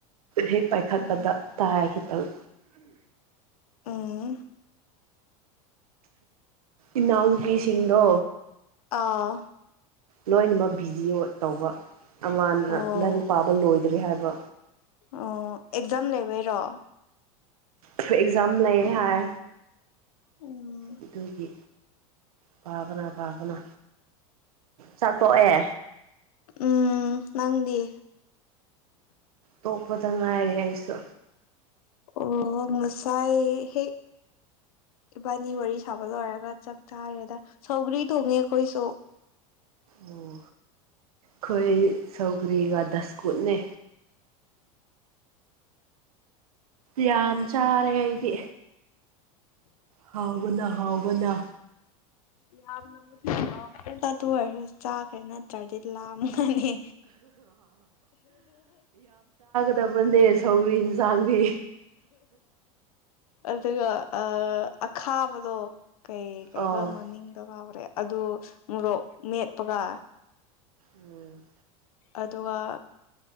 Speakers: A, on the right; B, on the left.
A: ꯍꯦꯛ ꯄꯥꯏꯈꯠꯄꯗ
B: ꯑꯣ
A: ꯇꯥꯏ ꯈꯤꯇꯪ꯫
B: ꯎꯝ
A: ꯏꯅꯥꯎꯅꯨꯄꯤꯁꯤꯡꯗꯣ
B: ꯑꯥꯎ
A: ꯂꯣꯏꯅꯃꯛ ꯕꯤꯖꯤꯑ‌ꯣ ꯇꯧꯕ ꯑꯃꯅ
B: ꯑꯣ
A: ꯂꯥꯏꯔꯤꯛ ꯄꯥꯕ ꯂꯣꯏꯗ꯭ꯔꯤ ꯍꯥꯏꯕ꯫
B: ꯑꯣ ꯑꯦꯛꯖꯥꯝ ꯂꯩꯕꯩꯔꯣ
A: ꯈ꯭ꯔ ꯑꯦꯛꯖꯥꯝ ꯂꯩ ꯍꯥꯏ
B: ꯎꯝ
A: ꯑꯗꯨꯒꯤ ꯄꯥꯕꯅ ꯄꯥꯕꯅ ꯆꯥꯛ ꯇꯣꯛꯑꯦ
B: ꯎꯝ ꯅꯪꯗꯤ
A: ꯇꯣꯛꯄꯗ ꯉꯥꯏꯔꯤ ꯑꯩꯁꯨ
B: ꯑꯣ ꯉꯁꯥꯏ ꯍꯦꯛ ꯏꯕꯥꯅꯤ ꯋꯥꯔꯤ ꯁꯥꯕ ꯂꯣꯏꯔꯒ ꯆꯥꯛ ꯆꯥꯔꯦꯗ ꯁꯧꯒ꯭ꯔꯤ ꯊꯣꯡꯉꯦ ꯑꯈꯣꯏꯁꯨ
A: ꯑꯣ ꯈ‌ꯣꯏ ꯁꯧꯒ꯭ꯔꯤꯒ ꯗꯁꯀꯨꯠꯅꯦ ꯌꯥꯝ ꯆꯥꯔꯦ ꯑꯩꯗꯤ ꯍꯥꯎꯕꯅ ꯍꯥꯎꯕꯅ
B: ꯌꯥꯝꯅꯕꯨꯗꯤ ꯍꯥꯎꯈ꯭ꯔꯦꯗ ꯑꯗꯨ <unintelligible> ꯆꯥꯈ꯭ꯔ‌ꯦ ꯅꯠ ꯇ‍꯭ꯔꯗꯤ ꯂꯥꯝꯒꯅꯤ
A: ꯇꯕꯅꯦ ꯁꯧꯒ꯭ꯔꯤꯖꯨ ꯆꯥꯟꯕꯤ
B: ꯑꯗꯨꯒ ꯑꯥ ꯑꯈꯥꯕꯗꯣ ꯀꯩ ꯀꯩꯕ
A: ꯑꯣ
B: ꯃꯃꯤꯡꯗ‌ꯣ ꯀꯥꯎꯒ꯭ꯔꯦ ꯑꯗꯨ ꯃꯣꯔꯣꯛ ꯃꯦꯠꯄꯒ
A: ꯎꯝ
B: ꯑꯗꯨꯒ